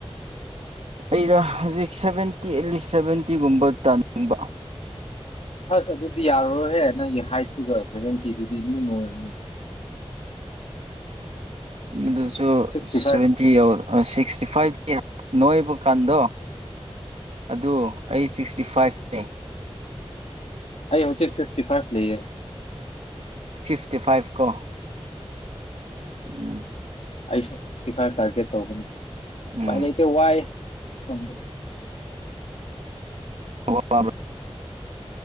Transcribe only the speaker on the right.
ꯑꯩꯔ ꯍꯧꯖꯤꯛ ꯁꯚꯦꯟꯇꯤ ꯑꯦꯠꯂꯤꯁ ꯁꯚꯦꯟꯇꯤꯒꯨꯝꯕ ꯇꯥꯅꯤꯡꯕ
ꯑꯗꯨꯖ ꯇꯨ
ꯁꯚꯦꯟꯇꯤ ꯌꯥꯎ ꯁꯤꯛꯁꯇꯤ ꯐꯥꯏꯚꯇꯤ ꯅꯣꯏꯕ ꯀꯥꯟꯗꯣ꯫ ꯑꯗꯨ ꯑꯩ ꯁꯤꯛꯁꯇꯤ ꯐꯥꯏꯐꯦ
ꯁꯤꯐꯇꯤ ꯐꯥꯏꯚ ꯀꯣ ꯎꯝ꯫
ꯎꯝ
<unintelligible> ꯋꯥꯕ꯭ꯔ꯫